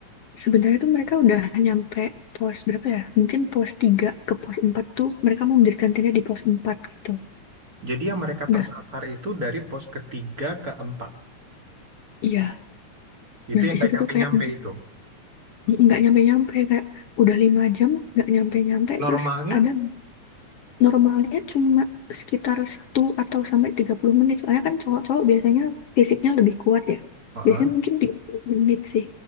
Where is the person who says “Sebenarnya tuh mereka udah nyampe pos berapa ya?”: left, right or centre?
Left